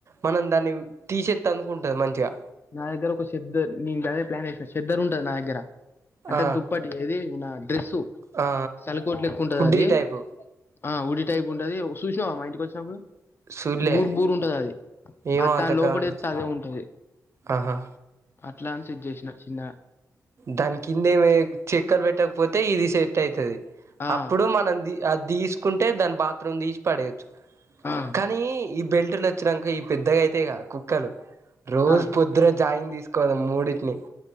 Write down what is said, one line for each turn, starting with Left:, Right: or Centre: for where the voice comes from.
Right: మనం దాన్ని తీసేస్త అందుకుంటది మంచిగా
Left: నా దగ్గర ఒక సిద్ద్ద న ఇ దే ప్లాన్ వ చెద్దరు ఉంటది నా దగ్గర అంటే
Right: ఆ
Left: దుప్పటి ఏది నా డ్రెస్
Right: ఆ
Left: తలకోట్లు ఎక్కుంటది
Right: హుడ్డీ
Left: అది
Right: టైపు
Left: ఆ ఉఊడి టైప్ ఉంటది ఒక చూసినావా మా ఇంటికి వచ్చినప్పుడు
Right: సూళ్ళే
Left: బూర్ బూరు ఉంటది అది
Right: ఏమో
Left: అ
Right: అంత
Left: లోపడ
Right: గమనించ
Left: ఎస్త అదే ఉంటది
Right: ఆహా
Left: అట్లా అని సిట్ చేసిన చిన్న
Right: దాని కింద ఏమి చెక్కర్ పెట్టకపోతే ఇది సెట్ అయితది
Left: ఆ
Right: అప్పుడు మనం అది తీసుకు అంటే దాని బాత్రూమ్ తీసి పడేయచ్చు
Left: ఆ
Right: కానీ బెల్ట్ నచ్చినాక ఈ పెద్దగా అయితే క కుక్కలు రోజు
Left: ఆ
Right: పొద్దున జాయిన్ తీసుకోదాం మూడింటిని